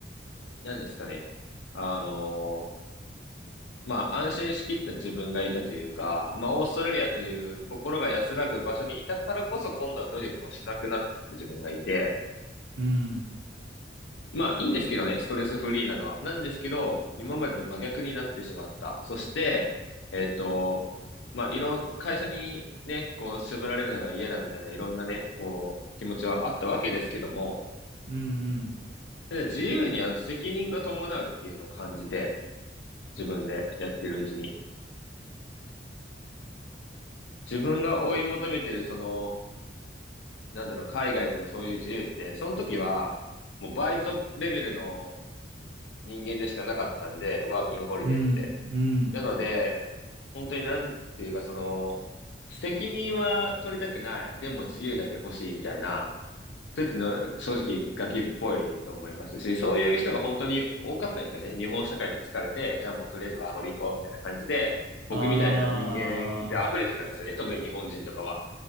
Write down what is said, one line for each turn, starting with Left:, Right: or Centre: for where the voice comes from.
Left: 何ですかね。あの、まあ、安心しきった自分がいたというか、まあ、オーストラリアという心が安らぐ場所にいたからこそ今度は努力をしなくなった自分がいて、
Right: うん。
Left: まあ、いいんですけどね、ストレスフリーなのは。なんですけど、今までと真逆になってしまった。そして、えっと、まあ、いろん、会社にね、こう、縛られるのが嫌だみたいな、いろんなね、こう、気持ちはあったわけですけども、
Right: うん。
Left: ただ自由には責任が伴うっていうのを感じて、自分でやってるうちに。自分が追い求めてる、その、なんだろう、海外でのそういう自由って、その時は、もうバイトレベルの人間でしかなかったんで、ワーキングホリデーって。
Right: うん。うん。
Left: なので、本当になんていうか、その、責任は取りたくない。でも自由だけ欲しいみたいな、そういうの正直ガキっぽいと思いますし、そういう人が本当に多かったんですよね。日本社会に疲れて、じゃあもうとりあえずワーホリ行こうみたいな感じで、僕みたいな人間で溢れてたんですよね。
Right: ああ。
Left: 特に日本人とかは。